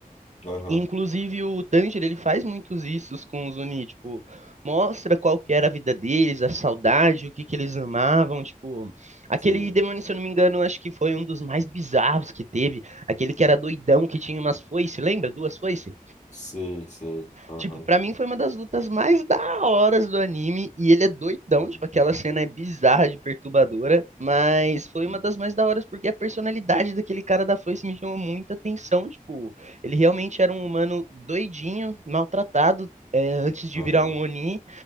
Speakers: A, on the left; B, on the right.
A: Aham,
B: inclusive o Tanjiro, ele faz muitos issos com os Oni, tipo, mostra qual que era a vida deles, a saudade, o que que eles amavam, tipo, aquele
A: sei,
B: demônio, se eu não me engano, acho que foi um dos mais bizarros que teve, aquele que era doidão, que tinha umas foices, lembra? Duas foices?
A: sei, sei, aham,
B: Tipo, pra mim foi uma das lutas mais da horas do anime. E ele é doidão,
A: aham,
B: tipo, aquela cena é bizarra de perturbadora. Mas foi
A: sim,
B: uma das mais da horas porque a personalidade daquele cara da foice me chamou muita atenção. Tipo, ele realmente era um humano doidinho, maltratado. é, antes de
A: aham,
B: virar um Oni,